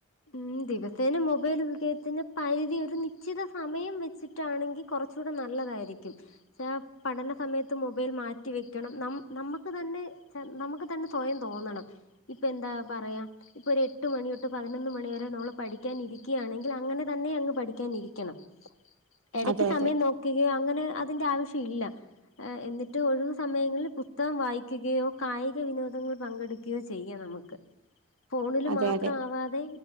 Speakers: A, on the left; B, on the right.
A: ഉം ദിവസേന മൊബൈല് യൂസെയ്യത്തിന് പരിധി ഒരു നിശ്ചിത സമയം വെച്ചിട്ടാണെങ്കി കൊറച്ചൂടെ നല്ലതായിരിക്കും ചാ പഠന സമയത്ത് മൊബൈൽ മാറ്റ് റ്റി വെക്കണം നം നമ്മക്ക് തന്നെ ചെ നമ്മക്ക് തന്നെ സ്വയം തോന്നണം ഇപ്പയെന്താ പറയാ ഇപ്പൊ ഒര് എട്ട് മണി തൊട്ട് പതിന് നൊന്ന് മണി വരെ നമ്മള് പഠിക്കാനിരിക്കിയാണെങ്കിലങ്ങനെ തന്നെയങ്ങ് പഠിക്കാനിരിക്കണം എടയ്ക്ക്
B: അതെ
A: സമയം
B: അതെ.
A: നോക്കികയോ അങ്ങനെ അതിന്റെ ആവിശ്യ ഇല്ല ആഹ് എന്നിട്ട് ഒഴിവു സമയങ്ങളിൽ പുസ്തകം വായിക്കുകയോ കായിക വിനോദങ്ങൾ പങ്കെടുക്ക് ക്കിയോ ചെയ്യാ നമ്മക്ക് ഫോണില്
B: അതെ
A: മാത്ര
B: അതെ.
A: ആവാത് തെ